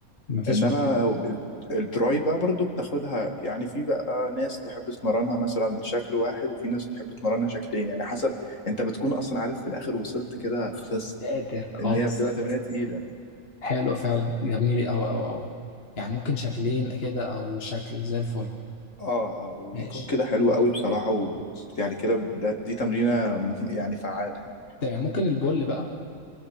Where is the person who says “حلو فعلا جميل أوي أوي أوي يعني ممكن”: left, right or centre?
Left